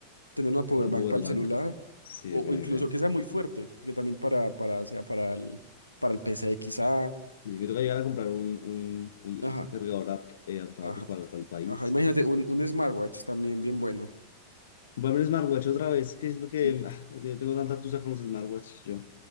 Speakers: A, on the left; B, on the left.
A: Tener una power
B: Una
A: bank
B: power
A: para
B: bank.
A: el celular
B: Sí,
A: o,
B: buena
A: o incluso
B: idea.
A: que sea muy fuerte, que también para, para, sea para el, para el PC quizá.
B: Y me toca llegar a comprar un, un, un-
A: Ajá,
B: un cargador adapt- eh, adaptado
A: ajá.
B: pues, para, para el país.
A: Ajá, imagínate, un, un smartwatch también bien bueno.
B: Comprarme un smartwatch otra vez, que siento que
A: Sí.
B: ah, yo tengo tanta tusa con los smartwatch yo,